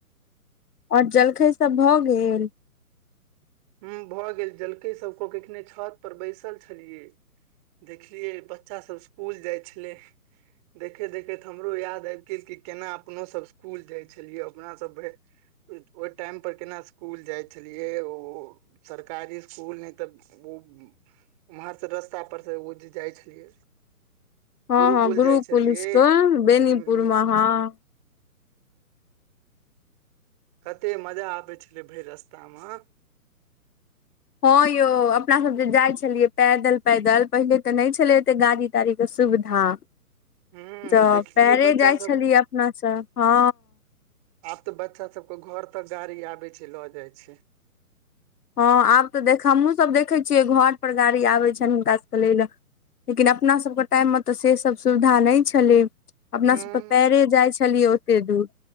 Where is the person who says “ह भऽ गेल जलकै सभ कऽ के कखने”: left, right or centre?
Right